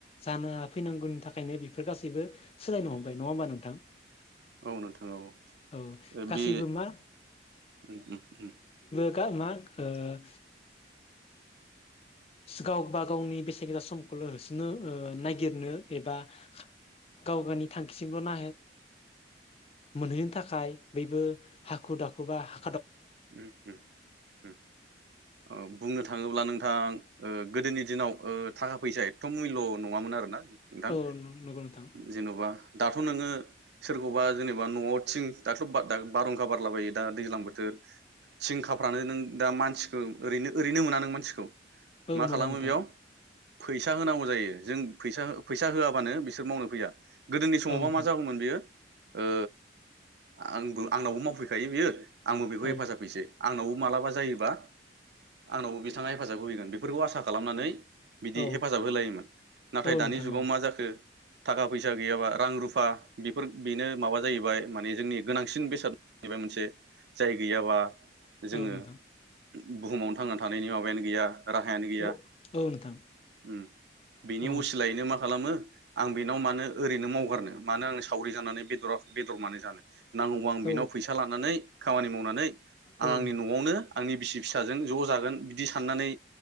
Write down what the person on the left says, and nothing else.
जानो फैनांगौनि थाखायनो बेफोर गासैबो सोलायनो हमबाय नङा होमबा नोंथां
औ गासैबो
मा
गा मा ओ गावबा गावनि बेसे गोसा समखौल होसोनो ओ नागिरनो एबा खा गावगायनि थांखिसिमल ना मोनहैनो थाखाय बैबो हाखु दाखु बा हा
औ नंगौ नोंथां
औ
मोना
नोंथां
औ नोंथां
औ
औ
औ
नोंथां
औ
औ नोंथां
औ औ नोंथां
औ
औ
औ